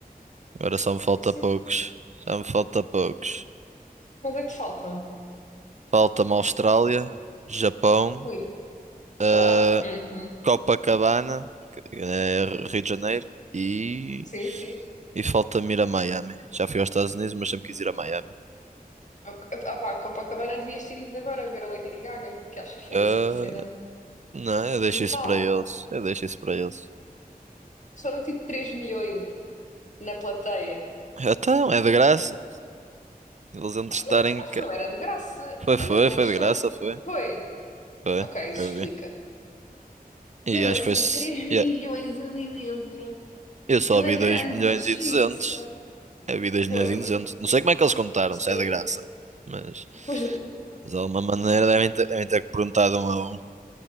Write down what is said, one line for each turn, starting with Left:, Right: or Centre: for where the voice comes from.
Right: Agora só me falta
Left: Sim.
Right: poucos. Já me falta poucos.
Left: Quanto é que faltam?
Right: Falta-me Austrália, Japão,
Left: Ui.
Right: eh,
Left: Ah, uhum.
Right: Copacabana, que é Rio de Janeiro, e.
Left: Sim, sim.
Right: E falta-me ir a Miami. Já fui aos Estados Unidos, mas sempre quis ir a Miami.
Left: Ok. Ah, pá, Copacabana devias ter ido agora ver a Lady Gaga, que acho que foi
Right: Ah,
Left: assim uma cena
Right: não, eu
Left: brutal.
Right: deixo isso para eles. Eu deixo isso para eles.
Left: Foram tipo 3 milhões na plateia.
Right: Então, é de graça. Eles vão estarem
Left: Pá, não sei, acho
Right: cá.
Left: que não era de graça.
Right: Foi, foi,
Left: Olha, boa
Right: foi
Left: questão.
Right: de graça, foi.
Left: Foi.
Right: Foi,
Left: Ok, isso
Right: eu
Left: explica.
Right: vi. E
Left: Mesmo
Right: acho
Left: assim,
Right: que foi. s-
Left: 3 milhões
Right: yeah,
Left: ali dentro.
Right: Eu só
Left: Aquilo
Right: vi
Left: é
Right: dois
Left: grande,
Right: milhões
Left: mas xiça.
Right: e duzentos Eu vi dois
Left: Foi.
Right: milhões e duzentos Não sei como é que eles contaram,
Left: Se
Right: se
Left: calhar-
Right: é de graça. Mas,
Left: Depois <laughs>
Right: mas de alguma maneira devem ter, devem ter perguntado um a um.